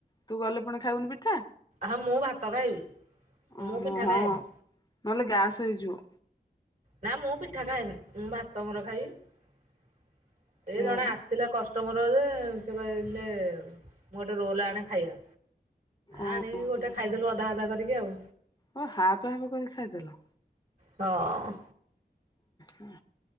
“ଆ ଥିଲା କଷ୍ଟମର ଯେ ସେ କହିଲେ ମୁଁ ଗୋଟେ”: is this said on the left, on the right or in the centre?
Right